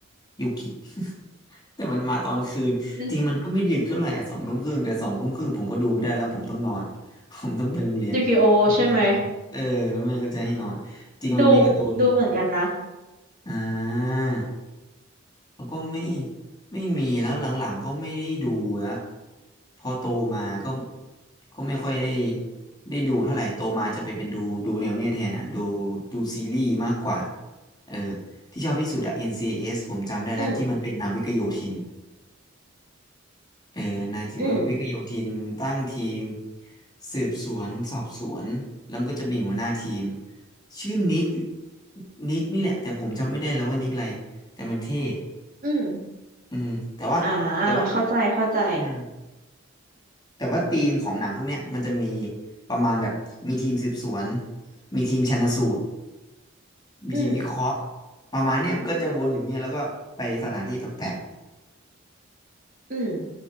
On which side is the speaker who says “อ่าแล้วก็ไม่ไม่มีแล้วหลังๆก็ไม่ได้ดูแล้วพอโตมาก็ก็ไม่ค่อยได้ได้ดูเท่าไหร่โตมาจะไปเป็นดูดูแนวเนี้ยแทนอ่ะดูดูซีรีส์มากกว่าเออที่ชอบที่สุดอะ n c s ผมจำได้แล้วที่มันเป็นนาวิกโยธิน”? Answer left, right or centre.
Left